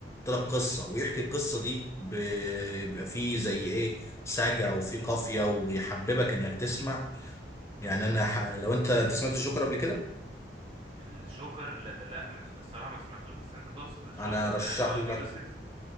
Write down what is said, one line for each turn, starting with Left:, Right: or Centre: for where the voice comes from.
Left: يحط لك قصه ويحكي القصه دي ب- بيبقى فيه زي ايه سجع وفيه قافيه ويحببك انك تسمع يعني انا ح- لو انت انت سمعت الجوكر قبل كده
Right: الجوكر لا, لا مش الصراحة ما سمعتوش بس انت تقصد الجوكر
Left: انا ارشح
Right: ده اللي هو
Left: لك
Right: ابي يوسف